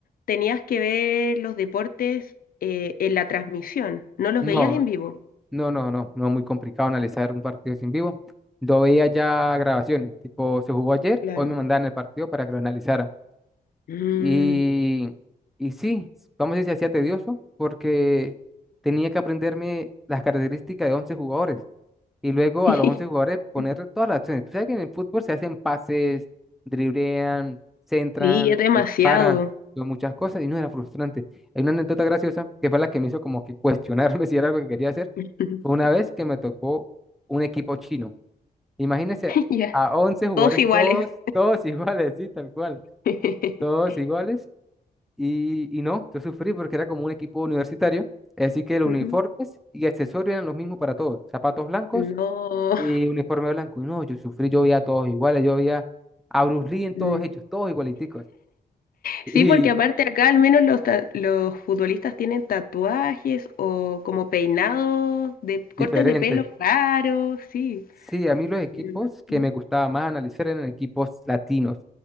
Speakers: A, on the left; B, in the centre.
A: tenías que ver los deportes eh, en la transmisión, no los
B: No,
A: veías en vivo.
B: No, no, no, no muy complicado analizar un partido así en vivo. Yo veía ya grabaciones, tipo, se jugó ayer,
A: Claro.
B: hoy me mandaban el partido para que lo analizara.
A: Mm,
B: Y, y sí, vamos a decir, se hacía tedioso porque tenía que aprenderme las características de 11 jugadores y luego
A: <laughs>
B: a los 11 jugadores poner
A: sí,
B: todas las acciones. Tú sabes que en el fútbol se hacen pases, driblean, centran,
A: sí, es demasiado.
B: disparan, son muchas cosas y no era frustrante. Hay una anécdota graciosa que fue la que me hizo como que cuestionarme <laughs> si era algo que quería hacer
A: <laughs>
B: fue una vez que me tocó un equipo chino. Imagínense
A: Ya.
B: a once jugadores,
A: Todos iguales.
B: todos, todos <laughs> iguales, sí, tal cual,
A: <laughs>
B: todos iguales. Y, y no, yo sufrí porque era como un equipo universitario. Así que los
A: Ujú.
B: uniformes y accesorios eran los mismos para todos. Zapatos blancos
A: No.
B: y uniforme blanco. Y no, yo sufrí, yo veía a todos iguales, yo veía a Bruce Lee en todos
A: Mm.
B: ellos, todos igualiticos <laughs>
A: Sí,
B: y
A: porque aparte acá al menos los, ta- los futbolistas tienen tatuajes o como peinados de cortes
B: diferentes.
A: de pelo raros, sí.
B: Sí, a mí los equipos
A: Pero los-
B: que me gustaba más analizar eran equipos latinos,